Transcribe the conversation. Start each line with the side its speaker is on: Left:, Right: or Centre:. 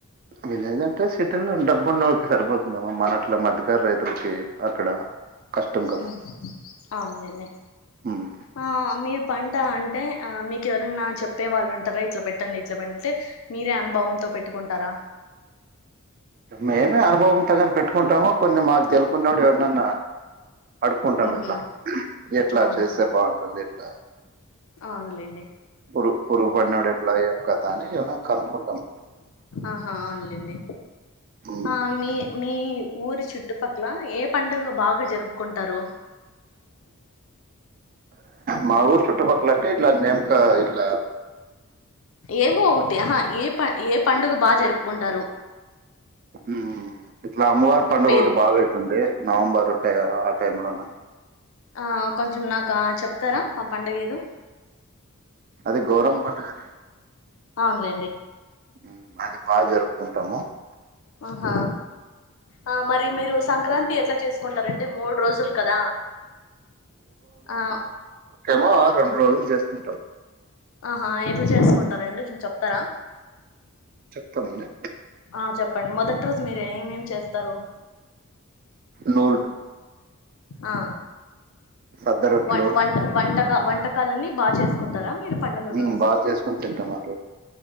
Right: విలేజ్ అంటే సిటీలో డబ్బున్నొక్ సరిపోతుందమ్మా మన అట్ల మథ్థికారు రైతులకి అక్కడ కష్టం కదా
Left: ఉ, అవున్ లెండి,
Right: ఉమ్
Left: ఆ మీ పంట అంటే ఆ మీకెవరన్నా చెప్పే వాల్నుంటారా ఇట్ల పెట్టండి, ఇట్ల పెంటే మీరే అనుభవంతో పెట్టుకుంటారా.
Right: మేమే అనుభవంత్తగని పెట్టుకుంటాము కొన్ని మాకు తెల్పున్నాడు ఎవర్నన్న. అడుకుంటాం
Left: ఉహు
Right: ఇట్లా, ఎట్లా
Left: అవునులే
Right: చేస్సే బావుంటుంది ఇట్ల
Left: అవునులేండి
Right: పురు పురుగు పడ్నడు ఎట్ల ఏం కత అని ఏవన్న కనుకుంటాం.
Left: ఆహా అవున్ నెండి,
Right: ఉమ్.
Left: ఆ మీ మీ ఊరి చుట్టుపక్క్ల ఏ పండగ భాగ జర్పుకుంటారు.
Right: మా ఊరు చుట్టుపక్క్ల అంటే ఇట్ల నేంకా ఇట్ల
Left: ఏవో ఒకటి ఆహా ఏ ప, ఏ పండుగ బా జర్పుకుంటారు‌.
Right: ఉ ఇట్లా అమ్మవారి పండుగ
Left: పేరు
Right: ఒటి బాగా అయితుంది నవంబర్ టే, ఆ టైమ్ లోన
Left: ఆ కొంచెం నాకా చెప్తారా ఆ పండుగ ఏదో
Right: అది గౌరం పండుగని,
Left: అవునులేండి
Right: ఉ అది బా జర్పుకుంటాము.
Left: ఆహా ఆ మరి మీరు సంక్రాంతి ఎట్ల చేసుకుంట అంటే మూడ్రోజులు కదా. ఆ
Right: ఏమో రెండ్రోజులు చేసుకుంటాం.
Left: ఆహా ఎట్ల చేసుకుంటారండి చెప్తరా.
Right: ప్తామండి.
Left: ఆ చెప్పండి మొదట్రోజు మీరు ఏమేమి చేస్తరు.
Right: నూ
Left: ఆ
Right: సద్ద రొట్లు
Left: వం వంట వంటగా వ ంటకాలన్నీ బా చేసుకుంటారా. మీరు పండుగల రోజు,
Right: మ్ బాగా చేసుకొని తింటాం ఆ రోజు